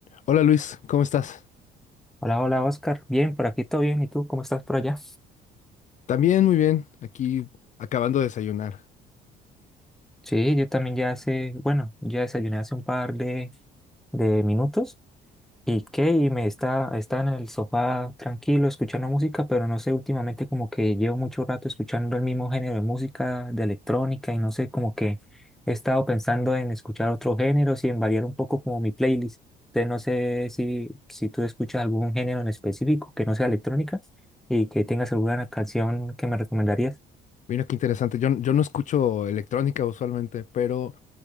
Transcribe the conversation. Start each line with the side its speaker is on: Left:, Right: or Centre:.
Left: Hola Luis, ¿cómo estás?
Centre: Hola, hola Oscar. Bien, por aquí todo bien. ¿Y tú cómo estás por allá?
Left: También muy bien, aquí acabando de desayunar.
Centre: Sí, yo también ya hace, bueno, ya desayuné hace un par de, de minutos. ¿Y qué? Y me está, está en el sofá tranquilo escuchando música, pero no sé, últimamente como que llevo mucho rato escuchando el mismo género de música, de electrónica, y no sé, como que he estado pensando en escuchar otros géneros y en variar un poco como mi playlist. Entonces no sé si, si tú escuchas algún género en específico que no sea electrónica y que tengas alguna canción que me recomendarías.
Left: Mira qué interesante, yo, yo no escucho electrónica usualmente, pero